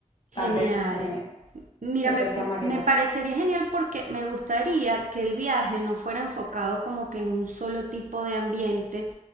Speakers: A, on the right; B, on the left.
A: Genial.
B: tal vez, eh,
A: Mira,
B: ¿qué
A: me,
B: te llamaría
A: me
B: la...
A: parecería
B: atención?
A: genial porque me gustaría que el viaje no fuera enfocado como que en un solo tipo de ambiente.